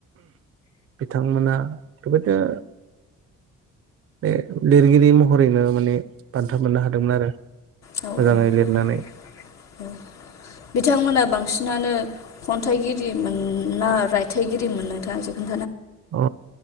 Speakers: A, on the right; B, on the left.
A: बिथांमोना बेबायदिनो बे लिरगिरि महरैनो माने बान्था मोननो हादोंमोन आरो
B: औ औ
A: मोजाङै लिरनानै
B: <unintelligible> औ बिथांमोना बांसिनानो खन्थाइगिरिमोन ना रायथाइगिरिमोन नोंथाङा जिखुन
A: अ